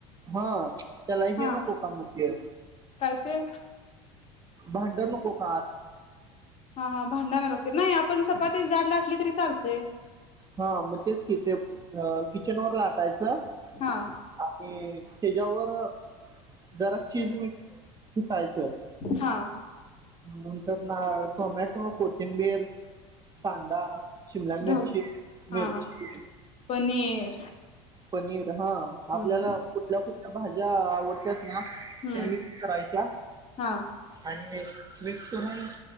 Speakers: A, on the right (about 20°); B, on the left (about 35°).
A: हा त्याला
B: हा
A: हे नको का म ते
B: काय ते
A: भांड नको <unintelligible>
B: हा हा भांड आणायला लागते नाही आपण चपाती जाड लाटली तरी चालतय
A: हा मग तेच कि ते किचन वर ला टायच आणि
B: हा
A: त्याच्यावर जरा चीज मी खिसायच
B: हा
A: नंतर नारळ टोमॅट त कोथिंबीर, कांदा, शिमला मिरची
B: ढब हा
A: मिरची,
B: हा पनीर
A: पनीर हा आपल्याला
B: हम्म
A: कुठल्या कुठल्या भाज्या आवड <inaudible> त्या
B: हम्म
A: मिक्स करायच्या
B: हा
A: आणि मिक्स करून